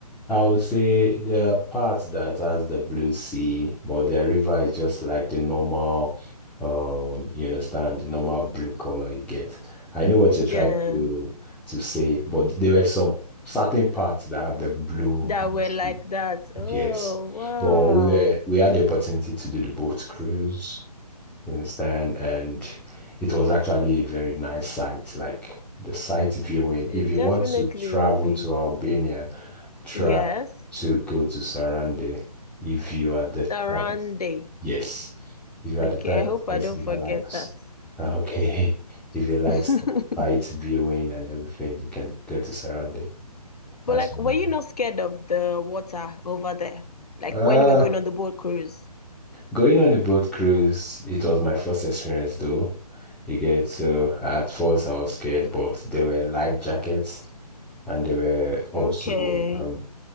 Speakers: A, in the centre; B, on the left.
A: I would say there are parts that has the blue sea, but the river is just like the normal, um, you understand, the normal blue color you get. I know what you're trying
B: Yeah,
A: to to say, but there were some certain parts that have the blue
B: that
A: blue
B: were
A: sea.
B: like that. Oh,
A: Yes.
B: wow.
A: But we were we had the opportunity to do the boat cruise, you understand? And it was actually a very nice sight. Like the sight viewing.
B: It
A: If you
B: definitely
A: want to travel
B: will be.
A: to Albania, try
B: Yes,
A: to go to Sarande if you are the type
B: Sarande.
A: of- yes. If you are
B: Okay,
A: the type
B: I hope
A: of person
B: I don't forget
A: that likes
B: that.
A: uh, okay, <laughs> if you like
B: <laughs>
A: sight viewing and everything, you can go to Sarande.
B: But
A: That's
B: like,
A: what
B: were you not scared of the water over there? Like
A: I like.
B: when you were going on the boat cruise?
A: Going on a boat cruise, it was my first experience though. You get so at first I was scared, but there were life jackets and there were also
B: Okay.
A: um